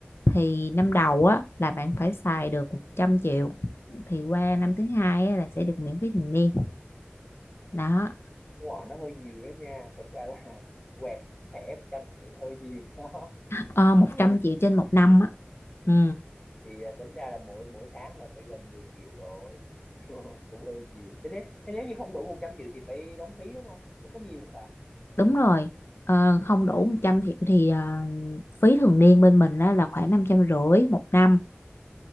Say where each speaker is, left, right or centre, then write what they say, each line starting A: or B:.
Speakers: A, on the left (about 80°); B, on the left (about 20°).
A: thì năm đầu á là bạn phải xài được một trăm triệu thì qua năm thứ hai á, là sẽ được miễn phí thường niên đó
B: đúng rồi nó hơi nhiều đó nha thật ra là <laughs> quẹt thẻ 100 triệu là hơi nhiều đó
A: ờ, một
B: <laughs>
A: trăm triệu trên một năm á ừ,
B: thì à, tính ra là mỗi mỗi tháng là phải gần 10 triệu rồi <laughs> cũng hơi nhiều thế nếu thế nếu như không đủ 100 triệu thì phải đóng phí đúng không có nhiều không bà
A: đúng rồi Ờ, không đủ 100 triệu thì ờ, phí thường niên bên mình á, là khoảng năm trăm rưỡi một năm